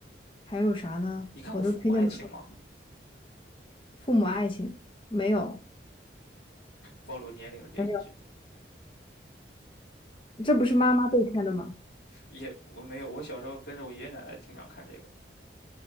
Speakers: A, on the left; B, on the left.
A: 还有啥呢？
B: 你看过《父母爱情》吗？
A: 我都推荐不出来父母爱情没有
B: 暴露年龄的电视剧，
A: 没有，这不是妈妈被看的吗？
B: 也我没有，我小时候跟着我爷爷奶奶经常看这个